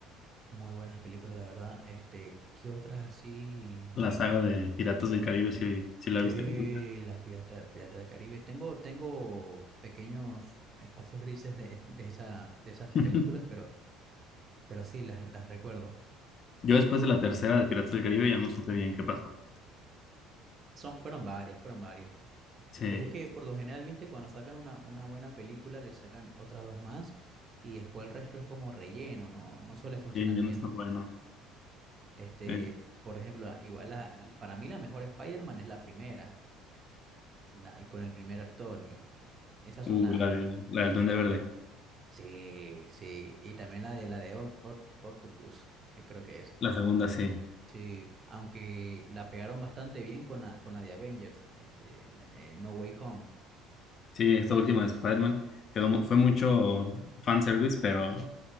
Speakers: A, on the right; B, on the left.
A: muy buenas películas, la verdad. Este, ¿qué otras así?
B: La saga de Piratas del Caribe, si, si la
A: Che,
B: viste completa.
A: las Piratas Pirata del Caribe. Tengo, tengo pequeños espacios grises de, <laughs> de esa, de esas
B: <laughs>
A: películas, pero, pero sí, las, las recuerdo.
B: Yo después de la tercera de Piratas del Caribe ya no supe bien qué pasó.
A: Son, fueron varias, fueron varias.
B: Sí,
A: Pero es que por lo general, viste, cuando sacan una, una buena película, le sacan otras dos más y después el resto es como relleno, no, no suele funcionar
B: sí, ya
A: bien.
B: no está bueno.
A: Este,
B: Sí.
A: por ejemplo, la- igual la- l- para mí la mejor Spider-Man es la primera, la, y con el primer actor, y esas son
B: Uh,
A: las...
B: la de, la del Duende Verde.
A: Sí, sí, y también la de la de Oct- Oct- Octopus, que creo que es.
B: La segunda, sí.
A: Sí, aunque la pegaron bastante bien con la, con la de Avengers, este, la- eh, No Way Home.
B: Sí, esta última de Spider-Man quedó, mu- fue mucho fanservice, pero